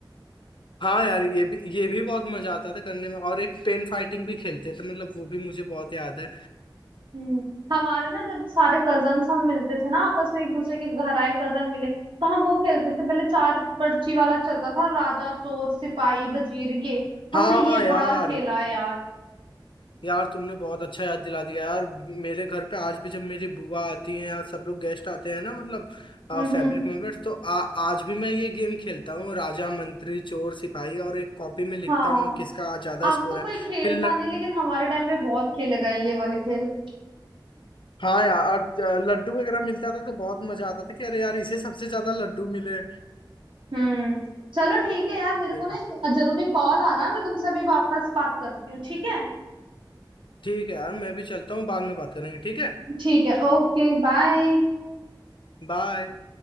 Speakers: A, on the left (about 80°); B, on the right (about 75°).
A: हाँ यार ये भी ये भी बहुत मजा आता था करने में और एक पेन फाइटिंग भी खेलते थे मतलब वो भी मुझे बहुत याद है
B: हम्म हमारे ना जब सारे कजन हम मिलते थे ना आपस में एक दूसरे के घर आए कजन मिले तो हम वो खेलते थे पहले चार पर्ची वाला चलता था राजा चोर सिपाही वजीर ये हमने
A: हाँ
B: ये
A: यार
B: बड़ा खेला है यार
A: यार तुमने बहुत अच्छा याद दिला दिया यार मेरे घर पे आज भी जब मेरी बुआ आती हैं या सब लोग गेस्ट आते हैं ना मतलब
B: हम्म
A: फैमिली
B: हम्म
A: मेंबर्स तो आ, आज भी मैं ये गेम खेलता हूँ राजा मंत्री चोर सिपाही और एक कॉपी में लिखता
B: हाँ
A: हूँ किसका आज ज्यादा
B: अब
A: स्कोर
B: तो कोई
A: है
B: खेलता
A: फिर ल...
B: नहीं लेकिन हमारे टाइम पे बहुत खेले गए हैं ये वाले खेल
A: हाँ यार और, अ, लड्डू वगैरह मिलता था तो बहुत मजा आता था कि अरे यार इसे सबसे ज्यादा लड्डू मिले
B: हम्म चलो ठीक है यार मेरे
A: यार,
B: को ना एक जरूरी कॉल आ रहा है मैं तुमसे अभी वापस बात करती हूँ ठीक है
A: ठीक है यार मैं भी चलता हूँ बाद में बात करेंगे ठीक है
B: ठीक है ओके बाय
A: बाय